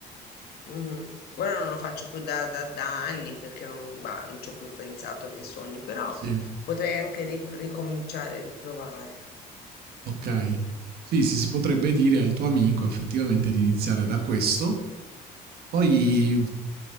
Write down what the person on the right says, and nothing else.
Sì.
Okay. Sì, sì, si potrebbe dire al tuo amico effettivamente di iniziare da questo. Poi